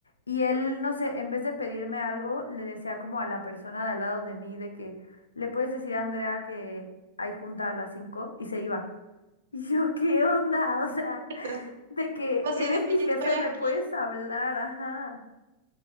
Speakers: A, on the left; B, on the right.
A: y él, no sé, en vez de pedirme algo, le decía como a la persona de al lado de mí de que, ¿le puedes decir a Andrea que hay junta a las cinco Y se iba. Y yo, ¿qué onda? <laughs> O sea,
B: Entonces,
A: de que
B: así
A: eres
B: de,
A: mi
B: oye,
A: jefe,
B: estoy aquí.
A: me puedes hablar, ajá.